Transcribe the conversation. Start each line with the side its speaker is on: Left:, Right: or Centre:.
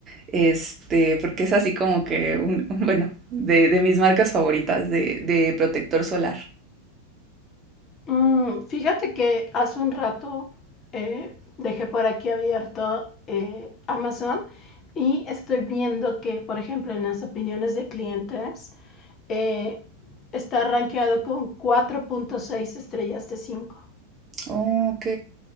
Right: este, porque es así como que, un, <laughs> bueno, de, de mis marcas favoritas de, de protector solar.
Left: Mm, fíjate que hace un rato eh, dejé por aquí abierto eh, Amazon y estoy viendo que, por ejemplo, en las opiniones de clientes eh, está rankeado con 4.6 estrellas de 5.
Right: Oh, ok.